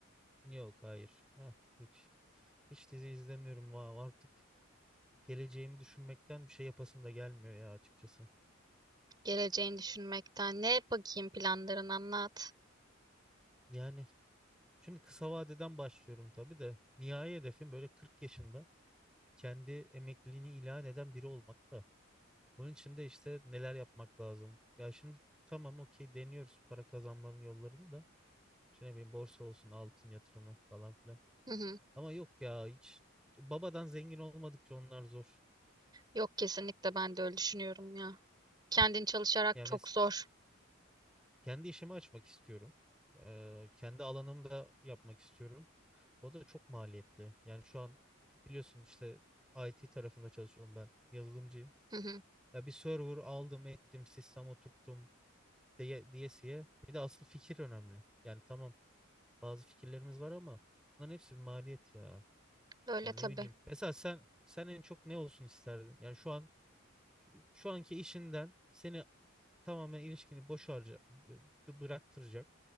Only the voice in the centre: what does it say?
Yok, hayır. ha hiç. Hiç dizi izlemiyorum. Va- Artık geleceğimi düşünmekten bir şey yapasım da gelmiyor ya açıkçası.
Yani şimdi kısa vadeden başlıyorum tabii de. Nihai hedefim böyle 40 yaşında kendi emekliliğini ilan eden biri olmak da. Bunun için de işte neler yapmak lazım? Ya şimdi tamam okey deniyoruz para kazanmanın yollarını da. İşte ne bileyim borsa olsun altın yatırımı falan filan.
Ama yok ya hiç babadan zengin olmadıkça onlar zor.
Yani
mes
kendi işimi açmak istiyorum. Ee, kendi alanımda yapmak istiyorum. O da çok maliyetli. Yani şu an biliyorsun işte IT tarafında çalışıyorum ben. Yazılımcıyım.
Ya bir server aldım ettim sistem oturttum diye, diyesiye. Bir de asıl fikir önemli. Yani tamam bazı fikirlerimiz var ama bunların hepsi bir maliyet ya.
Yani
ne bileyim. Mesela sen sen en çok ne olsun isterdin? Yani şu an şu anki işinden seni tamamen ilişkini boş harca bı- bıraktıracak